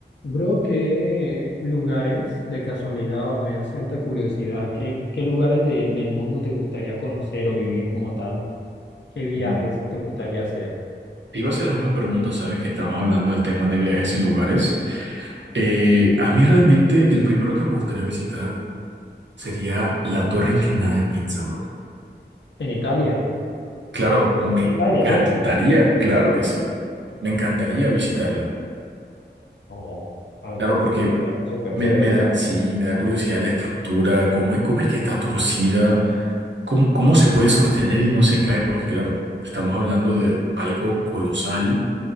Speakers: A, on the left; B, on the right.
A: Bro, ¿qué lugares de casualidad o me da cierta curiosidad? ¿Qué, qué lugares de- del mundo te gustaría conocer o vivir como tal? ¿Qué viajes
B: Mm,
A: te gustaría hacer?
B: Te iba a hacer la misma pregunta, sabes que estamos hablando del tema de viajes y lugares. Eh, a mí realmente el primero que me gustaría visitar sería la Torre Inclinada de Pizza, bro.
A: En Italia.
B: Claro,
A: Está
B: me
A: en
B: encantaría,
A: Italia, ¿cierto?
B: claro que sí. Me encantaría visitarla.
A: Oh, ah,
B: Claro, porque
A: era súper
B: me,
A: chévere.
B: me da,
A: Yo
B: sí, me da curiosidad la estructura, cómo, es- cómo es que está torcida, cómo, cómo se puede sostener y no se cae, porque claro, estamos hablando de algo colosal